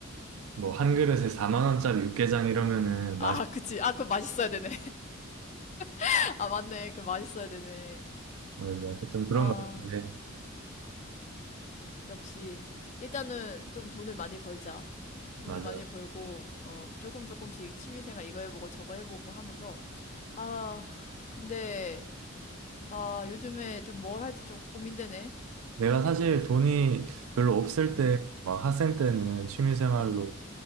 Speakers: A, on the right; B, on the left.
A: 뭐 한 그릇에 4만 원짜리 육개장 이러면은
B: 아,
A: 맛이
B: 그치. 아, 그럼 맛있어야 되네. <laughs> 아, 맞네. 그럼 맛있어야 되네.
A: 맞아. 좀 그런
B: 아,
A: 것 같은데.
B: 역시. 일단은 좀 돈을 많이 벌자. 돈을
A: 맞아.
B: 많이 벌고, 어, 조금 조금씩 취미생활 이거 해보고 저거 해보고 하면서. 아, 근데, 아, 요즘에 좀 뭘 할지 좀 고민되네.
A: 내가 사실 돈이 별로 없을 때,
B: 응,
A: 음. 막 학생 때는 취미 생활로,
B: 응, 응.